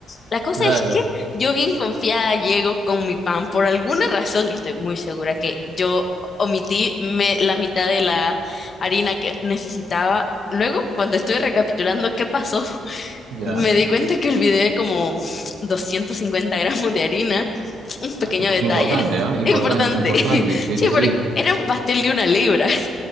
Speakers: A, on the left; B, on the right.
A: La cosa
B: claro,
A: es que yo bien confiada llego con mi pan. Por alguna razón, estoy muy segura que yo omití me- la mitad de la harina que necesitaba. Luego, cuando estuve recapitulando qué pasó, <laughs>
B: ya.
A: me di cuenta que olvidé como 250 gramos de harina un pequeño
B: Ah, imp-
A: detalle
B: importante,
A: <laughs>
B: ¿ah? Importante,
A: importante.
B: importante,
A: <laughs>
B: sí,
A: Sí,
B: sí,
A: porque
B: sí.
A: era un pastel de una libra.